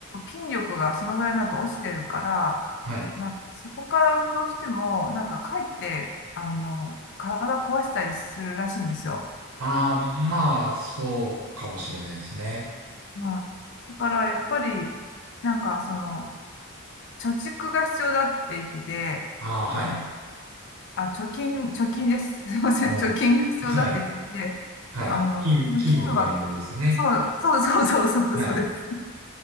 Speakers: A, on the left; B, on the right.
A: 筋力がそのぐらいになると落ちてるから、
B: はい。
A: なんかそこから運動しても、なんかかえって、あの、体壊したりするらしいんですよ。
B: ああ、まあ、そうかもしれないですね。
A: まあ、だからやっぱり、なんかその、貯蓄が必要だって言ってて、
B: ああ、はい。
A: あの、あ、貯金、貯金です。すいません。
B: もう、
A: 貯金が必要だって言ってて、
B: はい、はい。
A: あの、
B: 筋、筋肉のあれですよね。
A: 金は、そう、そうそうそうそうそうです。
B: はい。